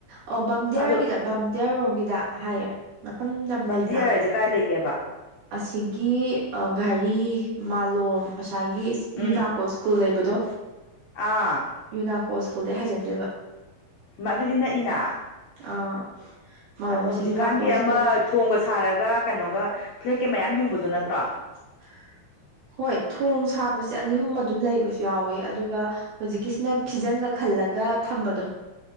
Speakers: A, on the right; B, on the left.
A: ꯑꯣ ꯕꯥꯝꯗꯤꯌꯥꯔꯒꯤꯗ
B: ꯑꯗꯣ
A: ꯕꯥꯝꯗꯤꯌꯥꯔꯣꯝꯒꯤꯗ ꯍꯥꯏꯌꯦ ꯃꯐꯝ ꯂꯝ
B: ꯕꯟꯗꯤꯌꯥꯔ
A: ꯂꯩꯗꯅ
B: ꯍꯥꯏꯁꯦ ꯀꯥꯏ ꯂꯩꯒꯦꯕ
A: ꯑꯁꯤꯒꯤ ꯘꯔꯤ ꯃꯥꯂꯣꯝ ꯉꯁꯥꯏꯒꯤ
B: ꯎꯝ
A: ꯌꯨꯅꯥꯀꯣ ꯁ꯭ꯀꯨꯜ ꯂꯩꯕꯗꯣ
B: ꯑꯥ
A: ꯌꯨꯅꯥꯀ ꯑꯣ ꯁ꯭ꯀꯨꯜꯗꯩ ꯍꯥꯏꯖꯟꯗꯣꯏꯕ
B: ꯑꯗꯨꯗꯤ ꯅꯛꯏꯅ
A: ꯑꯥ ꯃꯥꯂꯣꯝ
B: ꯑꯗꯣ
A: ꯑꯁꯤꯒꯤ
B: ꯍꯧꯖꯤꯛꯀꯥꯟꯒꯤ
A: ꯌꯨꯅꯥꯀꯣ ꯁ꯭ꯀꯨꯜ
B: ꯑꯃ ꯊꯣꯡꯒ ꯁꯥꯔꯒ ꯀꯩꯅꯣꯒ ꯐ꯭ꯂꯦꯛꯀ ꯃꯌꯥꯝ ꯌꯨꯡꯕꯗꯨꯣ ꯅꯠꯇ꯭ꯔꯣ
A: <unintelligible>
B: <unintelligible>
A: ꯍꯣꯏ ꯊꯣꯡ ꯁꯥꯕꯁꯦ ꯑꯅꯤ ꯑꯍꯨꯝ ꯑꯗꯨꯝ ꯂꯩꯕꯁꯨ ꯌꯥꯎꯋꯦ ꯑꯗꯨꯒ ꯍꯧꯖꯤꯛꯀꯤꯁꯤꯅ ꯐꯤꯖꯪꯒ ꯈꯜꯂꯒ ꯊꯝꯕꯗꯣ